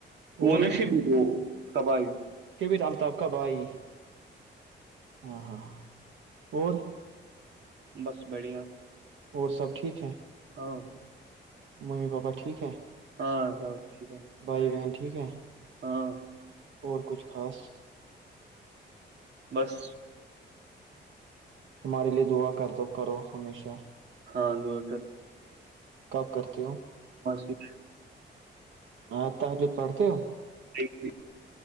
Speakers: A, on the right (about 60°); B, on the right (about 80°).
A: وہنشپ
B: اور بھی
A: وہ کبائی
B: رالتا ائی ہاں ہاں اور
A: بس بڑھیا
B: اور سب ٹھیک ہے
A: ہاں
B: ممی پاپا ٹھیک ہے
A: ہاں سب ٹھیک
B: بھائی
A: ہے
B: بہن ٹھیک ہے
A: ہاں
B: اور کچھ خاص
A: بس
B: ہمارے لیے دعا کر دو کرو ہمیشہ
A: ہاں لور گ
B: کب کرتی ہو
A: کی
B: ہ تجب پڑھتے ہو
A: جی جی